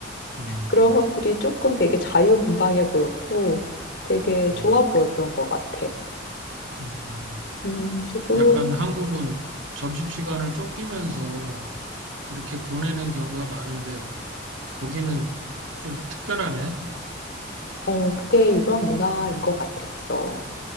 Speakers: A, on the right (about 80°); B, on the left (about 65°).
A: 음,
B: 그런 것들이 조금 되게 자유분방해 보였고 되게
A: 음,
B: 좋아 보였던 것 같아.
A: 음.
B: 음, 그리고
A: 약간 한국은 점심시간을 쫓기면서 이렇게 보내는 경우가 많은데 거기는 좀 특별하네.
B: 어, 그게 유럽 문화인 것 같았어.